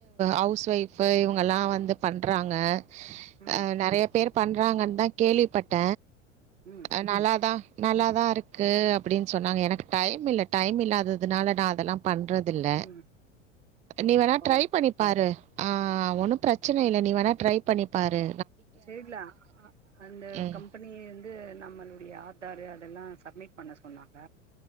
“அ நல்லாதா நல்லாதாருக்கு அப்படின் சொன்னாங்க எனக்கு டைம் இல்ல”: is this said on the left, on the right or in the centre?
Right